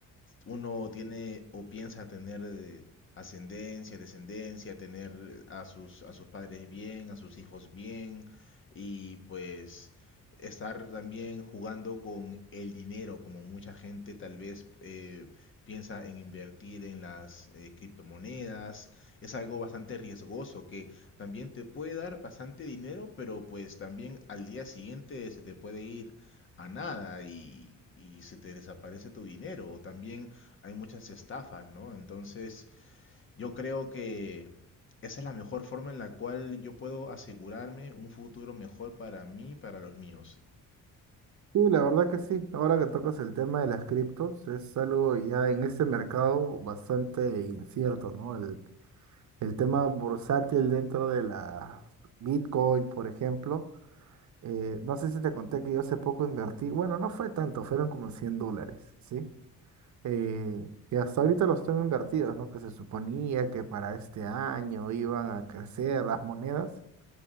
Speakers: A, on the left; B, on the right.
A: uno tiene o piensa tener eh, ascendencia, descendencia, tener a sus, a sus padres bien, a sus hijos bien y pues estar también jugando con el dinero, como mucha gente tal vez eh, piensa en invertir en las eh, criptomonedas, es algo bastante riesgoso que también te puede dar bastante dinero, pero pues también al día siguiente se te puede ir a nada y, y se te desaparece tu dinero. O también hay muchas estafas, ¿no? Entonces, yo creo que esa es la mejor forma en la cual yo puedo asegurarme un futuro mejor para mí y para los míos.
B: sí, la verdad que sí. Ahora que tocas el tema de las criptos, es algo ya en este mercado bastante incierto, ¿no? El, el tema bursátil dentro de la Bitcoin, por ejemplo. eh, no sé si te conté que yo hace poco invertí, bueno, no fue tanto, fueron como 100 dólares, ¿sí? eh, que hasta ahorita los tengo invertidos, ¿no? Que se suponía que para este año iban a crecer las monedas.